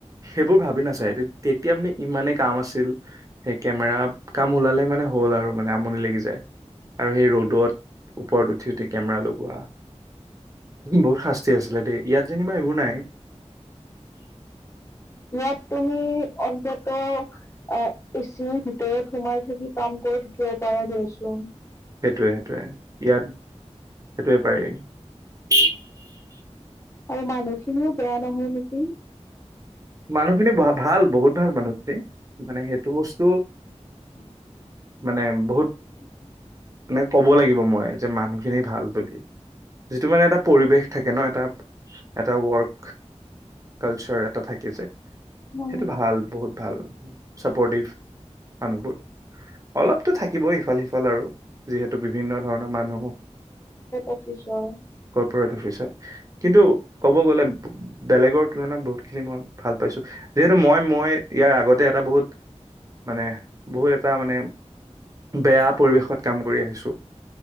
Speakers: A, on the right; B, on the left.
A: সেইবোৰ ভাবি নাচাই, তেতিয়া মানে ইমানে কাম আছিল সেই কেমেৰা কাম ওলালে মানে। হ'ল আৰু। মানে আমনি লাগি যাই। আৰু সেই ৰদত ওপৰত উঠি উঠি কেমেৰা লগোৱা। বহুত শাস্তি আছিলে দেই। ইয়াত যেনিবা এইবোৰ নাই।
B: ইয়াত তুমি অন্তত আ এচিৰ ভিতৰত সোমাই থাকি কাম কৰি থাক। পৰা দে ছোঁন।
A: সেইটোৱে সেইটোৱে ইয়াত সেইটোৱে পাৰি।
B: আৰু মানুহ খিনিও বেয়া নহয় নেকি?
A: মানুহ খিনি ভাল বহুত ভাল মানুহখিনি। মানে সেইটো বস্তু।
B: <unintelligible>
A: মানে বহুত।
B: <unintelligible>
A: মানে ক'ব লাগিব মই যে মানুহখিনি ভাল বুলি। যিটো মানে এটা পৰিৱেশ থাকে ন এটা এটা ৱৰ্ক কালচাৰ এটা থাকে। সেইটো
B: অ
A: ভাল বহুত ভাল চাপৰ্টিভ মানুহবোৰ। অলপতো থাকিবই ইফাল সিফাল আৰু যিহেতু বিভিন্ন ধৰণৰ মানুহ।
B: অফিছৰ
A: প্ৰ অফিচত কিন্তু ক'ব গ'লে বেলেগৰ তুলনাত বহুতখিনি মই ভাল পাইছো। যিহেতু মই মই ইয়াৰ আগতে এটা বহুত মানে বহুত এটা মানে বেয়া পৰিৱেশত কাম কৰি আহিছো।